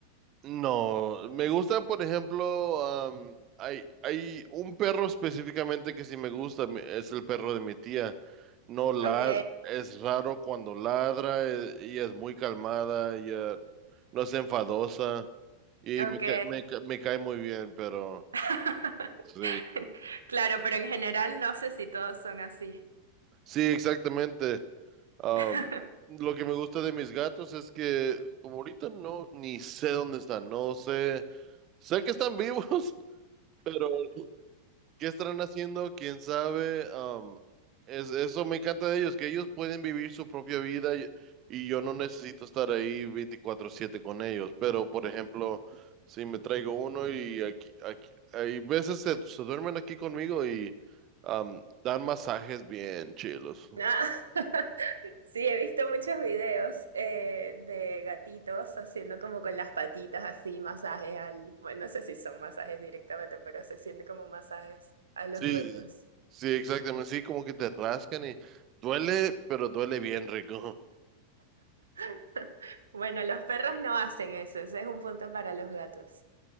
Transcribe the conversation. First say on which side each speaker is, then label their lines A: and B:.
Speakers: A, on the right (about 35°); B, on the right (about 70°).
A: No, me gusta, por ejemplo, am, hay, hay un perro específicamente que sí me gusta, me- es el perro de mi tía. No la,
B: Ok,
A: es raro cuando ladra, e- ella es muy calmada, ella no es enfadosa y
B: ok.
A: me, ca- me, ca- me cae muy bien, pero
B: <laughs>
A: sí,
B: Claro, pero en general no sé si todos son así.
A: sí, exactamente. Am,
B: <laughs>
A: lo que me gusta de mis gatos es que como ahorita no, ni sé dónde están, no sé, sé que están vivos, <laughs> pero ¿Qué estarán haciendo? ¿Quién sabe? Am, es, eso me encanta de ellos, que ellos pueden vivir su propia vida y, y yo no necesito estar ahí veinticuatro siete con ellos. Pero, por ejemplo, si me traigo uno y aquí, aquí- hay veces se, se duermen aquí conmigo y am, dan masajes bien chilos.
B: Ah, <laughs> sí, he visto muchos videos eh, de gatitos haciendo como con las patitas así masajes al... Bueno, no sé si son masajes directamente, pero se siente como masajes a los
A: Sí,
B: dueños.
A: sí, sí, exactamente. Sí, como que te rascan y duele, pero duele bien rico.
B: <laughs> Bueno, los perros no hacen eso, ese es un punto para los gatos.